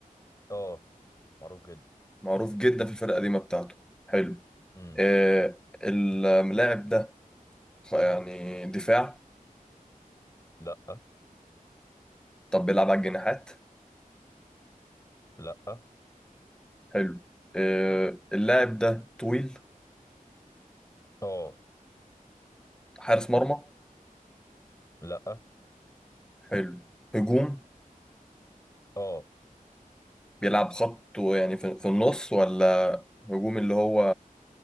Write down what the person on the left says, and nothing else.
اه معروف جدا
امم
لا
لا
اه
لا
اه